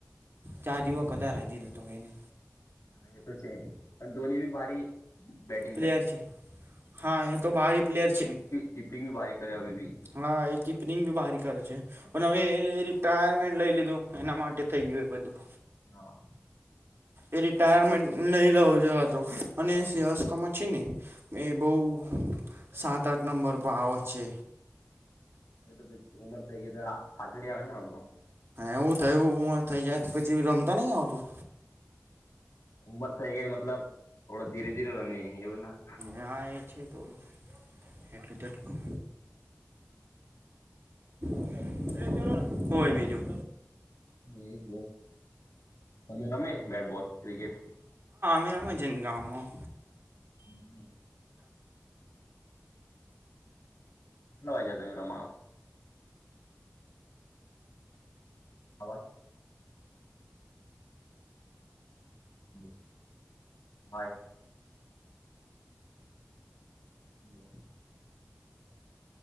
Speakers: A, on the right (about 55°); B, on the left (about 80°).
A: ચાર જવો કદાચ રાજી જતો હોયને.
B: હ, એ તો છે. પણ દોની બી ભારી બેટિંગ
A: પ્લેયર
B: કરે.
A: છે હા એ તો બારે પ્લેયર છેને
B: કીપરિંગ બી બારી કરે હવે બી
A: હા એ કીપરિંગ બી બારી કરે છે પણ હવે રિટાયરમેન્ટ લઈ લીધું એના માટે થઈ ગયું એ બધું
B: હા
A: એ રિટાયરમેન્ટ નહી લેવું જો તો અને સહસ્કોમાં છે ને એ બહ સાત આઠ નંબર પર આવત છે
B: બે તો ઉમર થઈ ગઈ ત પાછડઆવે ને બધું
A: એવું થયું ઉંમર થઈ જાય તો પછી રમતા નહી આવતું
B: ઉમર થઈ ગઈ મતલબ થોડો ધીરે ધીરે રમે એવું ના
A: હા છે થોડું એટલું તેટલું ચ કોય બીજું
B: એજ બ તમે રમે બેટબોલ ક્રિકેટ
A: મેરા મ જેન ગામમાં
B: હમ કેટલો વાયઞયા તમે રમવાનુ હા ભાઈ હ હાય હલો